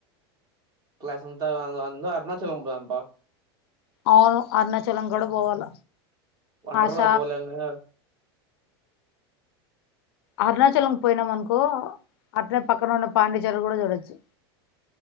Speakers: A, on the right (about 30°); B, on the left (about 75°).
A: క్లాస్ంతా గాదు అందరం అరుణాచలం పోదాం పా.
B: అవును అరుణాచలం గూడా పోవాల.
A: వండర్లా
B: ఆశ
A: పోలేంగా
B: అరుణాచలం పోయినాం అనుకో, అట్నే పక్కన ఉన్న పాండిచర్రీ కూడా చూడొచ్చు.